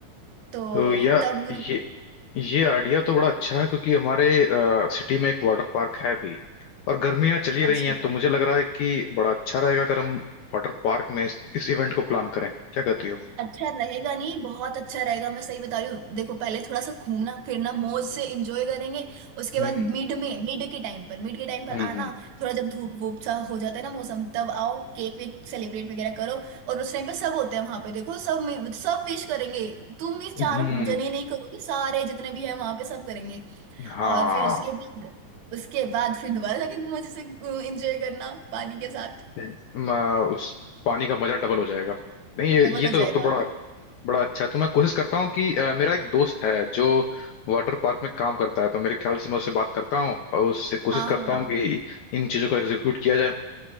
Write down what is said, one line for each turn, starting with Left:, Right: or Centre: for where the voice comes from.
Right: तो
Left: तो यह
Right: तब उन
Left: ये ये आइडिया तो बड़ा अच्छा है क्योंकि हमारे सिटी में एक वाटर पार्क है भी और गर्मियां चली
Right: अच्छा
Left: रही हैं तो मुझे लग रहा है कि बड़ा अच्छा रहेगा अगर हम वाटर पार्क में इस, इस इवेंट को प्लान करें क्या कहती हो
Right: अच्छा रहेगा नहीं बहुत अच्छा रहेगा मैं सही बता रही हूँ देखो पहले थोड़ा सा घूमना फिरना मौज से एंजॉय करेंगे उसके
Left: हम्म
Right: बाद मिड में मिड के टाइम पर मिड के टाइम पर
Left: हम्म
Right: आना थोड़ा जब धूप वूप सा हो जाता है ना मौसम तब आओ केक वेक सेलिब्रेट वगैरह करो और उस टाइम पर सब होते हैं वहां पे देखो सब मि- सब विश करेंगे तुम ही चार
Left: हम्म हम्म,
Right: जने नहीं करोगे सारे जितने भी हैं वहां पे सब करेंगे
Left: हाँ
Right: और फिर उसके बाद उसके बाद फिर दोबारा जाके मजे से एंजॉय करना पानी के साथ
Left: <laughs> म, उस पानी का मजा डबल हो जाएगा नहीं ये
Right: डबल
Left: ये
Right: हो
Left: तो,
Right: जाएगा
Left: तो बड़ा बड़ा अच्छा तो मैं कोशिश करता हूँ कि अ, मेरा एक दोस्त है जो वाटर पार्क में काम करता है तो मेरे ख्याल से मैं उससे बात करता हूँ और उससे कोशिश
Right: हाँ
Left: करता
Right: हाँ
Left: हूँ हाँ कि इन चीज़ों को एग्जीक्यूट किया जाए